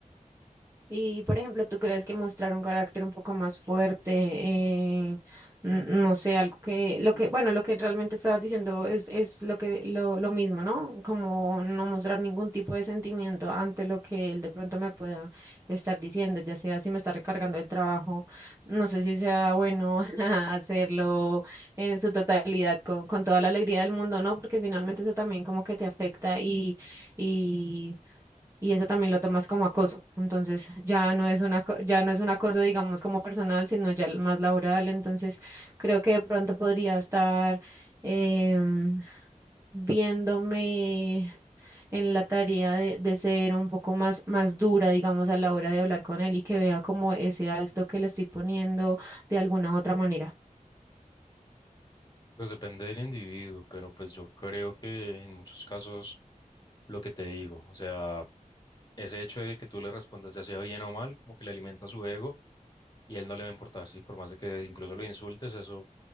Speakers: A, on the right (about 20°); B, on the left (about 30°).
A: Y, por ejemplo, ¿tú crees que mostrar un carácter un poco más fuerte, eh, n- no sé, algo que, lo que, bueno, lo que realmente estabas diciendo es, es lo que, lo, lo mismo, ¿no? Como no mostrar ningún tipo de sentimiento ante lo que él de pronto me pueda estar diciendo, ya sea si me está recargando el trabajo, no sé si sea bueno <laughs> hacerlo en su totalidad con, con toda la alegría del mundo, ¿no? Porque finalmente eso también como que te afecta y, y y eso también lo tomas como acoso. Entonces ya no es una, ya no es un acoso, digamos, como personal, sino ya l- más laboral. Entonces creo que de pronto podría estar em, viéndome en la tarea de, de ser un poco más, más dura, digamos, a la hora de hablar con él y que vea como ese alto que le estoy poniendo de alguna otra manera.
B: Pues depende del individuo, pero pues yo creo que en muchos casos lo que te digo, o sea... ese hecho de que tú le respondas ya sea bien o mal, como que le alimenta su ego y él no le va a importar, ¿sí? Por más de que incluso lo insultes, eso